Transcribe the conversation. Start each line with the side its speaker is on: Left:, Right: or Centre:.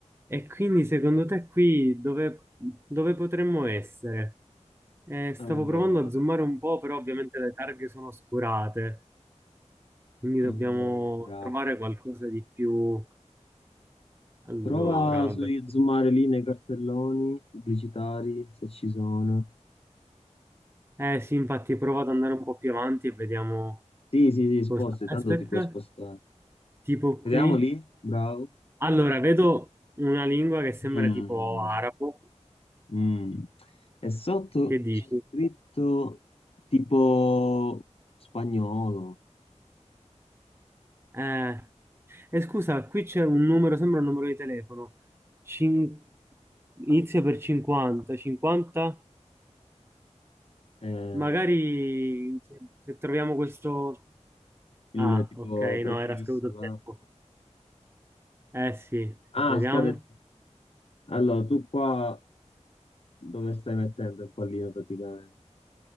Right: E quindi secondo te qui dove, dove potremmo essere? Eh, stavo
Left: Allora,
Right: provando a zoomare un po', però ovviamente le targhe sono oscurate, quindi dobbiamo
Left: allora,
Right: trovare qualcosa di più. Allora,
Left: prova
Right: vabbè.
Left: su zoomare lì nei cartelloni pubblicitari se ci sono.
Right: Eh sì, infatti provo ad andare un po' più avanti e vediamo
Left: Sì, sì, sì, sposti,
Right: cosa. Aspetta,
Left: tanto ti puoi spostare.
Right: tipo
Left: Vediamo
Right: qui.
Left: lì, bravo.
Right: Allora, vedo una lingua che sembra
Left: Mm,
Right: tipo arabo.
Left: mm. E sotto
Right: Che dici?
Left: c'è scritto tipo spagnolo,
Right: Eh, E scusa, qui c'è un numero, sembra un numero di telefono. Cin- Inizia per 50, 50.
Left: eh,
Right: Magari se, se troviamo questo...
Left: il
Right: Ah,
Left: tipo
Right: ok,
Left: prefisso,
Right: no, era scaduto il
Left: là.
Right: tempo. Eh sì,
Left: Ah,
Right: vediamo.
Left: scade. Allora, tu qua dove stai mettendo il pallino praticamente?